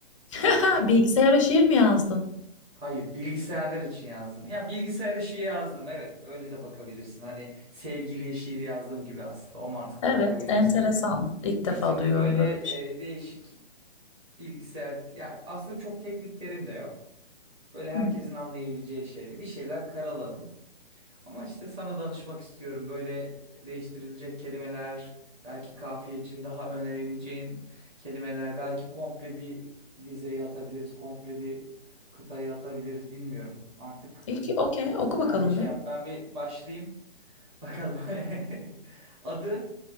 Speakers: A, on the left; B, on the right.
A: <laughs>
B: Halbuki çok
A: Bilgisayara şiir mi yazdın?
B: Hayır, bilgisayarlar için yazdım. Ya bilgisayara şiir yazdım. Evet, öyle de bakabilirsin. Hani sevgiliye şiir yazdım gibi aslında. O mantıkta
A: Evet,
B: bakabilirsin.
A: enteresan. İlk defa
B: İçinde
A: duyuyorum
B: böyle
A: böyle bir şey.
B: e, değişik bilgisayar ya aslında çok teknik terim de yok. Böyle herkesin
A: Hmm.
B: anlayabileceği şeyde bir şeyler karaladım. Ama işte sana danışmak istiyorum. Böyle değiştirilecek kelimeler, belki kafiye için daha önerebileceğin kelimeler, belki komple bir dizeyi atabiliriz, komple bir kıtayı atabiliriz bilmiyorum. Artık
A: İyi ki,
B: e,
A: okey, oku bakalım
B: sen bir şey
A: bir.
B: yap. Ben bir başlayayım. Bakalım. <laughs> Adı